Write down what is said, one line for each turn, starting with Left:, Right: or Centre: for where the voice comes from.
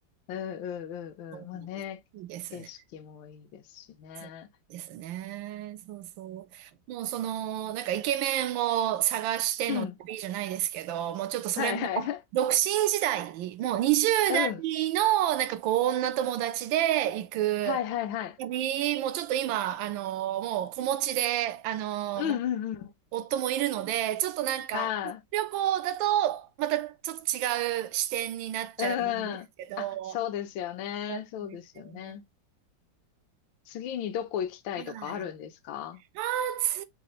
Left: うんうんうんうん。
Right: そうなんです。
Left: まあね、
Right: いいですね。
Left: 景色もいいですしね。
Right: そうですね。そうそう。もうその、なんかイケメンを探しての旅じゃないですけど、
Left: うん。
Right: もうちょっとそれも、
Left: はいはい。
Right: 独身時代、もう20代の、
Left: うん。
Right: なんかこう、女友達で行く旅、
Left: はいはいはい。
Right: もうちょっと今、あの、もう子持ちで、あの、
Left: うんうんうん。
Right: 夫もいるので、ちょっとなんか、
Left: は
Right: 旅行だと、またちょっと違う視点になっちゃうんですけど、
Left: い。うん。あ、そうですよね。
Right: そうですよね。
Left: そうですよね。次にどこ行きたいとかあるんですか
Right: はい。ああ、次